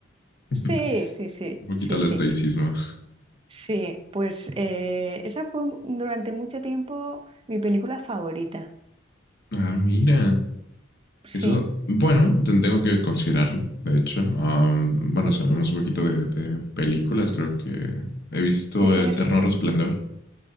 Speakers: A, on the left (about 55°); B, on the right (about 30°).
A: <laughs>
B: sí, sí, sí,
A: Un poquito
B: sí,
A: al
B: sí,
A: estoicismo.
B: sí. Pues eh, esa fue durante mucho tiempo mi película favorita.
A: Ah, mira.
B: Sí,
A: Eso, bueno, ten- tengo que considerarlo, de hecho. Am, bueno, si hablamos un poquito de, de películas, creo que he visto
B: tú tienes...
A: Eterno Resplandor.